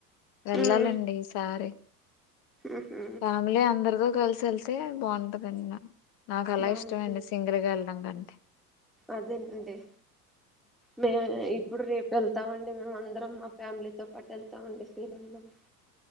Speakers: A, on the left; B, in the centre.
A: వెళ్ళాలండి
B: ఉమ్.
A: ఈ సారి
B: ఉహు
A: ఫ్యామిలీ అందరితో కలిసి వెళ్తే బాగుంటదన్నా నాకు అలా
B: బాగుంటుంది
A: ఇష్టమండి సింగల్గా ఎల డం కంటే
B: అదేనండి మే ఇ ప్పుడు రేపు వెళ్తామండి మేమందరం మా ఫ్యామిలీతో పాటు వెళ్తామండి శ్రీరామనవమికి